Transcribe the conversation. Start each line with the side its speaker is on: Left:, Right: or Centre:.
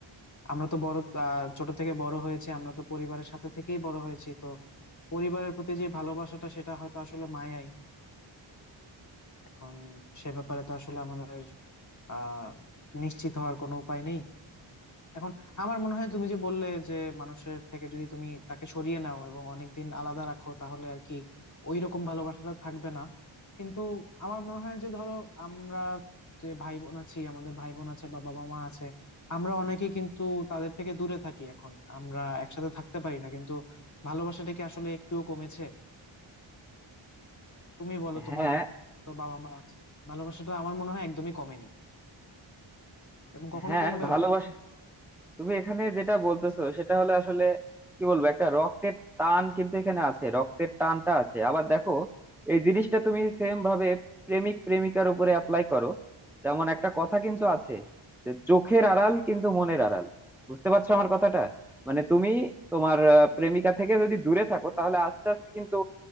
Left: আমরা তো বড় আহ, ছোট থেকে বড় হয়েছি আমরা তো পরিবারের সাথে থেকেই বড় হয়েছি তো পরিবারের প্রতি যে ভালোবাসাটা সেটা হয়তো আসলে মায়াই এখন সে ব্যাপারে তো আসলে আমাদের আহ নিশ্চিত হওয়ার কোনো উপায় নেই এখন আমার মনে হয় তুমি যে বললে যে মানুষের থেকে যদি তুমি তাকে সরিয়ে নাও এবং অনেকদিন আলাদা রাখো তাহলে আর কি ওই রকম ভালোবাসাটা থাকবে না কিন্তু আমার মনে হয় যে ধরো আমরা যে ভাই বোন আছি আমাদের ভাই বোন আছে বা বাবা মা আছে আমরা অনেকে কিন্তু তাদের থেকে দূরে থাকি এখন আমরা একসাথে থাকতে পারি না কিন্তু ভালোবাসাটা কি আসলে একটুও কমেছে তুমি বলো তোমার
Centre: হ্যাঁ
Left: তো বাবা মা আছে ভালোবাসাটা আমার মনে হয় একদমই কমেনি এবং কখনো
Centre: হ্যাঁ
Left: কমবেও
Centre: ভালোবাসা
Left: না
Centre: তুমি এখানে যেটা বলতেছো সেটা হলে আসলে কি বলবো একটা রক্তের টান কিন্তু এখানে আছে রক্তের টানটা আছে আবার দেখো এই জিনিসটা তুমি সেম ভাবে প্রেমিক প্রেমিকার উপরে অ্যাপ্লাই করো যেমন একটা কথা কিন্তু আছে যে চোখের আড়াল কিন্তু মনের আড়াল বুঝতে পারছো আমার কথাটা মানে তুমি তোমার আহ, প্রেমিকা থেকে যদি দূরে থাকো তাহলে আস্তে আস্তে কিন্তু